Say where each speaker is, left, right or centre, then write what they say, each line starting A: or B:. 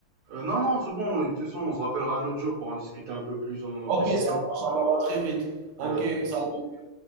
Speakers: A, on the right; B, on the right.
A: Euh, non, non, c'est bon. De toute façon, on se rappellera un autre jour pour en discuter un peu plus en, en
B: Ok,
A: précision.
B: ça marche, ça va très vite.
A: Allez,
B: Ok,
A: à très
B: salut.